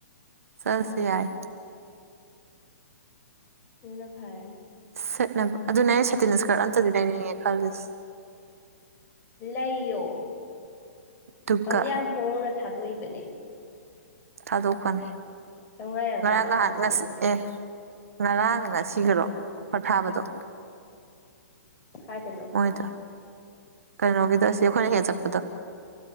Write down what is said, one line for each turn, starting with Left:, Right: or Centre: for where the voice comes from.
Right: ꯆꯔꯁꯤ ꯌꯥꯏ
Left: ꯑꯗꯨꯅ ꯐꯔꯅꯤ
Right: ꯁꯦꯠꯅꯦꯕ ꯑꯗꯨꯅ ꯑꯩꯅ ꯁꯇꯤꯟꯤꯁꯒꯔ ꯑꯝꯇꯗꯤ ꯂꯩꯅꯤꯡꯉꯦ ꯈꯜꯜꯂꯤꯁꯦ
Left: ꯂꯩꯌꯣ
Right: ꯗꯨꯒ
Left: ꯍꯧꯖꯤꯛ ꯌꯥꯝ ꯍꯣꯡꯅ ꯊꯥꯗꯣꯛꯏꯕꯅꯦ
Right: ꯊꯥꯗꯣꯛ ꯐꯅꯤ
Left: ꯆꯥꯝꯃꯉꯥ ꯌꯥꯡꯈꯩꯗ
Right: ꯉꯔꯥꯡ ꯉꯍꯥꯟ
Left: ꯐꯪꯕꯅꯦ
Right: ꯉꯁꯤ
Left: ꯍꯧꯖꯤꯛ
Right: ꯑꯦ ꯉꯔꯥꯡ ꯉ ꯁꯤꯈꯔꯣ ꯑꯣꯐꯔ ꯊꯥꯕꯗꯣ
Left: ꯎꯝ ꯀꯥꯏꯗꯅꯣ
Right: ꯃꯣꯏꯗ ꯀꯩꯅꯣꯒꯤꯗ ꯁꯤ ꯑꯩꯈꯣꯏꯅ ꯍꯦꯛ ꯆꯠꯄꯗꯣ